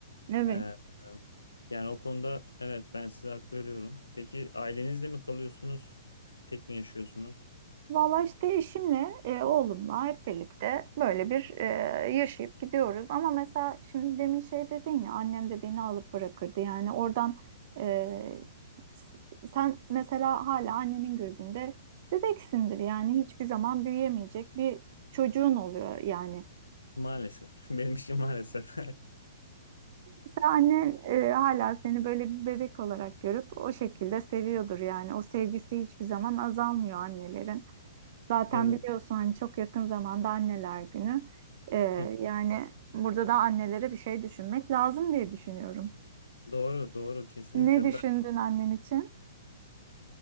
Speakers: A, on the right; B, on the left.
A: evet.
B: E, yani o konuda evet ben size hak veriyorum. Peki ailenizle mi kalıyorsunuz? Tek mi yaşıyorsunuz?
A: Valla işte eşimle, e, oğlumla hep birlikte böyle bir e, yaşayıp gidiyoruz. Ama mesela şimdi demin şey dedin ya annem de beni alıp bırakırdı. Yani oradan e, s- sen mesela hala annenin gözünde bebeksindir. Yani hiçbir zaman büyüyemeyecek bir çocuğun oluyor yani.
B: Maalesef. <laughs> Benim için maalesef.
A: Mesela annen e, hala seni böyle bir bebek olarak görüp o şekilde seviyordur yani. O sevgisi hiçbir zaman azalmıyor annelerin. Zaten
B: <laughs> Tabii.
A: biliyorsun hani çok yakın zamanda anneler günü. Ee,
B: Hı.
A: yani burada da annelere bir şey düşünmek lazım diye düşünüyorum.
B: Doğru, doğru kesinlikle.
A: Ne düşündün annen için?